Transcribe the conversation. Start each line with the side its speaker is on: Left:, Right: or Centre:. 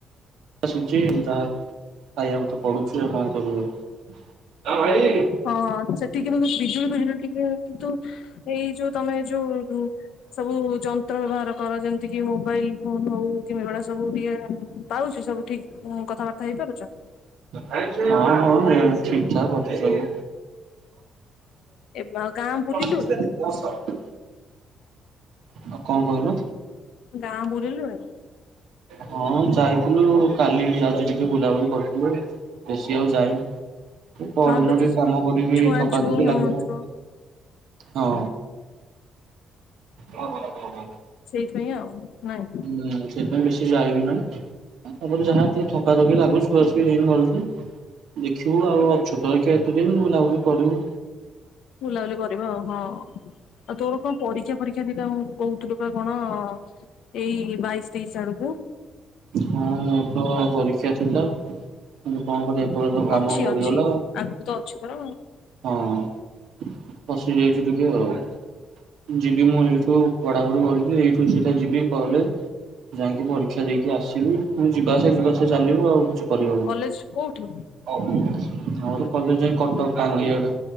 Right: ଆସୁଛି ଯାହା ଖାଇବାକୁ ତ ପଡୁଛି ଆଉ କଣ କରି ହବ।
Left: ହଁ ସେଠିକି ବିଜୁଳି ବିଜୁଳି ଟିକେ କିନ୍ତୁ ଏଇ ଯୋଉ ତମେ ଯୋଉ ସବୁ ଯନ୍ତ ତ୍ର ବ୍ୟବହାର କର ଯେମିତିକି ମୋବାଇଲ ଫୋନ ହଉ କି ଏଗୁଡ଼ା ସବୁ ଟିକେ ପାଉଛି ସବୁ ଠିକ୍? ଉଁ କଥାବାର୍ତ୍ତା ହେଇପାରୁଛ?
Right: ହଁ ହଁ ଏ ଠିକ୍ ଠାକ୍ ଅଛି ସବୁ।
Left: ଏବେ ଆଉ ଗାଁ ବୁଲିଲୁଣି
Right: <unintelligible> ହ କଣ କହିଲୁ?
Left: ଗାଁ ବୁଲିଲୁଣି
Right: ହଁ ଯାଇଥିଲୁ କାଲି ବି ଆଜି ଟିକେ ବୁଲାବୁଲି କରିଥିଲୁ। ବେଶି ଆଉ ଯାଇନି ପରଦିନ
Left: ହଁ ଏବେ ତ
Right: ଟିକେ କାମ କରିକି
Left: ଛୁଆଁ
Right: ଥକାଥକି
Left: ଛୁଇଁ ହଉନଥିବ
Right: ଲାଗୁଥିଲା। ହଁ। ହଁ ହଁ ହଁ ହଁ ହଁ।
Left: ସେଇଥିପାଇଁ ଆଉ ନାଇଁ।
Right: ହୁଁ ସେଇଥିପାଇଁ ବେଶି ଯାଇବି ନା। ତାପରେ ଯାହା ଟିକେ ଥକା ଥକି ଲାଗୁଚି ସୁଆ ସୁଇ ହେଇନି ଭଲସେ। ଦେଖିବୁ ଆଉ ଅଛୁ ତ କେତେଦିନ ବୁଲାବୁଲି କରିବୁ।
Left: ବୁଲାବୁଲି କ ରିବ ଆଉ ହଁ ଆଉ ତୋର କଣ ପରୀକ୍ଷା ପରୀକ୍ଷା ଥିଲା କହୁଥିଲୁ ବା କଣ? ଏଇ ବାଇସି ତେଇସି ଆଡକୁ।
Right: ହଁ ମୋର୍ ତ ପରୀକ୍ଷା ଥିଲା। କିନ୍ତୁ କଣ କରିବା ଏପଟେ ତ କାମ
Left: ଅଛି
Right: ବଢିଗଲା
Left: ଅଛି ଆଗକୁ ତ ଅଛି ତୋର
Right: ଆଉ। ହଁ ଫସି ଯାଇଛୁ ଟିକେ ଆଉ ଯିବି ମୁଁ ଏଇଠୁ କ୍ୱା ତାପରେ କରିକି ଏଇଠୁ ସିଧା ଯିବି କଲେଜ୍। ଯାଇକି ପରୀକ୍ଷା ଦେଇକି ଆସିବି ପୁଣି ଯିବା ଆସିବା ଯିବା ଆସିବା ଚାଲିବ ଆଉ କିଛି କରିହବନି।
Left: କଲେଜ କୋଉଠି?
Right: ମୋର କଲେଜ ଯାଇ କଟକ ଟାଙ୍ଗି ଆଡେ।